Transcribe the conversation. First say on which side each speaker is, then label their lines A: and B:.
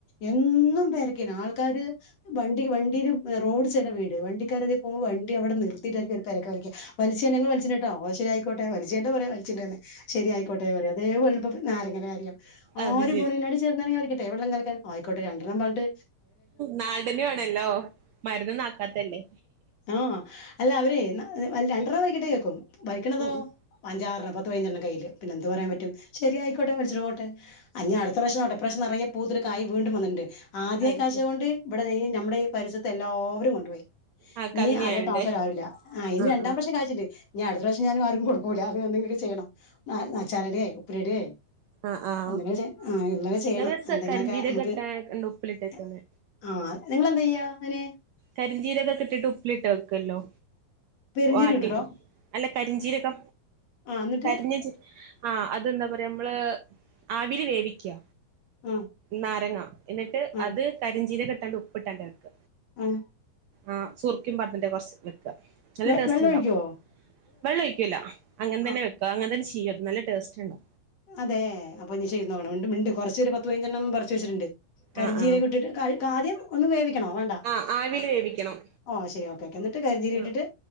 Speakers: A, on the left; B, on the right.
A: എന്നും പേരക്കേണ് ആൾക്കാര് വണ്ടി വണ്ടീൽ റോഡ് സൈഡില വീട് വണ്ടിക്കാര് തിലെ പോകോ വണ്ടി അവിടെ നിർത്തിയിട്ടായിരിക്കും ഒരക്കരക്ക പറിക്കാ വലിച്ചേന്ന ഞങ്ങ വലിച്ചിനിട്ടോ ശരി ആയിക്കോട്ടെ പ ഇജന്ത പറയാ വലിച്ചീണ്ട്ന്ന് ശരി ആയിക്കോട്ടെ പറ അതേ പോലെണ് പ്പൊ നാരങ്ങൻ്റെ കാര്യം
B: അത്
A: ഒരു
B: ശരി
A: പുണിനട് ചേർ നാരങ്ങ പറിക്കട്ടെ വെള്ളം കലക്കാൻ ആയിക്കോട്ട രണ്ടെണ്ണം പറഞ്ഞണ്ട്
B: നാടന് ആണല്ലോ മരന്ന് ആക്കാത്തല്ലേ
A: ആ അല്ല അവരെ ന രണ് ണ്ടെണ്ണം
B: ഉം
A: പറിക്കട്ടെ ചോക്കും പറിക്കണതോ
B: ഉം ഉം
A: അഞ്ചാണ്ണം പത്ത് പതിനഞ്ചണ്ണം കയ്യിയില് പിന്നെ എന്ത് പറയാൻ പറ്റും ശരിയ കോട്ടെ വലിച്ചിട്ട് പോട്ടെ അഞാ അടുത്ത പ്രാവശ്യം ആവട്ടെ ഇപ്രാവശ്യം നിറയെ പൂത്തൊരു കായ് വീണ്ടും വന്നിണ്ട് ആദ്യ
B: അത്
A: കാഴ്ച
B: ശരി
A: കൊണ്ട് ഇവിടെ ഈ നമ്മുടെ ഈ പരിസരത്തെ എല്ലാവരും കൊണ്ടുപോയി
B: ആ കന്നിയായോണ്ട്
A: നീ അറിയത്ത ആൾക്കർ ആരില്ല ആ ഇനി
B: ആഹ്
A: രണ്ടാം
B: ആഹ്
A: പ്രശം ര് ഞാൻ അടുത്ത പ്രാവശ്യം ഞാൻ ആരും കൊടുക്കൂല്ല അത് എന്തെങ്കിലും ചെയ്യണം നച്ചാറിടെ ഉപ്പിലിടേ
B: ആഹ് ആഹ്
A: എന്തെങ്കചി ആ ഇന്നലെ ചെയ്യണം
B: നല്ല രസാ
A: എന്തെങ്കിലുമൊക്കെ
B: കരിഞ്ചീരകട്ട
A: നമുക്ക്
B: ഉപ്പിലിട്ടേക്കുന്നെ
A: ആ ആ നിങ്ങളെന്താ ചെയ്യാ അങ്ങനെ
B: കരിഞ്ചീരൊക്കെ ഇട്ടിട്ട് ഉപ്പിലിട്ട് വെക്കല്ലോ
A: പെരിഞ്ചീരകം
B: വാട്ടിട്ട്
A: ഇട്ടിട്ടോ
B: അല്ല കരിഞ്ചീരൊക്കെ
A: ആഹ് എന്നിട്ട്
B: കരിഞ്ഞഞ്ചി ആഹ് അതെന്താ പറയാ നമ്മള് ആവിൽ വേവിക്കുക
A: ആഹ്
B: നാരങ്ങ എന്നിട്ട്
A: ആഹ്
B: അത് കരിഞ്ചീര ഇട്ടാണ്ട് ഉപ്പി ഇട്ടാണ്ട് വെക്ക
A: ആഹ്
B: ആഹ് സുർക്കയും പട്ടന്റെ കുറച്ച്. ക്ക് നല്ല
A: വെ
B: ടേസ്റ്റ്
A: വെള്ളം
B: ഉണ്ടാവും
A: ഒഴിക്കുവോ
B: വെള്ളം ഒഴിക്കൂല അങ്ങനെ തന്നെ
A: ആഹ്
B: വെ അങ്ങനെ തന്നെ ചെയ്യ നല്ല ടേസ്റ്റ് ഉണ്ട്.
A: അതെ അപ്പൊ ഇനി ചെയ്ത് നോക്കണം, മിണ്ട് കുറച്ച് ഒരു പത്ത് പതിനഞ്ചെണ്ണം പറിച്ച് വെച്ചിട്ടുണ്ട്. കരിജീരകം
B: ആഹ് ആഹ്
A: ഇട്ടിട്ട് കാ കാര്യം ഒന്നും വേവി ക്കണോ വേണ്ട
B: ആഹ് ആവില് വേവിക്കണം
A: ഓ ശരി ഓകെ ഓക്കെ നി ട്ട് കരിജിരകം
B: ആഹ്
A: ഇട്ടിട്ട്